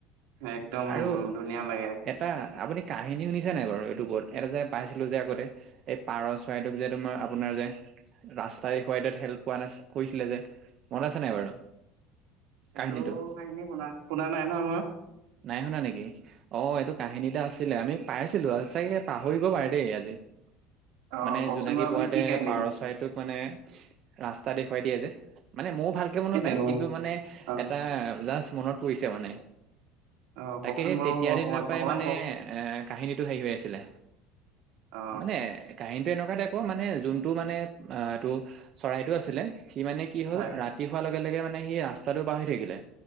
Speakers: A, on the right; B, on the right.
A: একদম
B: আৰু
A: ধুনীয়া লাগে
B: এটা আপুনি কাহিনী শুনিছা নাই বাৰু ইউটউবত এটা যে পাইছিলো যে আগতে এই পাৰ চৰাইটোক যে তোমাৰ আপোনাৰ যে ৰাস্তাই খুৱাইডত হেল্প পোৱা না কৈছিলে যে মনত আছে নাই বাৰু?
A: সেইটো
B: কাহিনীটো
A: কাহখিনী শুনা শুনা নাই নহয় মই।
B: নাই শুনা নেকি? অ' এইটো কাহিনীটা আছিলে আমি পাই আছিলো আৰু চাগে পাহৰিব পাৰে দেই আজি।
A: অ
B: মানে
A: কওকচোন
B: জোনাকী
A: বাৰু আপুনি
B: পৰুৱাটোৱে
A: কি কাহিনী
B: পাৰ
A: এই
B: চৰাইটোক মানে, ৰাস্তা দেখুৱাই দিয়ে যে মানে মোৰো ভালকে মনত
A: তেনেকুৱা
B: নাই, কিন্তু মানে
A: অ
B: এটা জাষ্ট মনত পৰিছে মানে।
A: অ
B: তাকে
A: কওকচোন
B: সেই
A: বাৰু
B: তেতিয়াৰ
A: মই অকমান
B: দিনৰ পৰাই
A: অকমান
B: মানে
A: কওক
B: এ, কাহিনীটো হেৰি হৈ আছিলে
A: অ
B: মানে কাহিনী তেনেকুৱা টাইপৰ মানে যোনটো মানে অ, এইটো চৰাইটো আছিলে সি মানে কি হল,
A: হয়
B: ৰাতি হোৱাৰ লগে-লগে মানে সি ৰাস্তাটো পাহৰি থাকিলে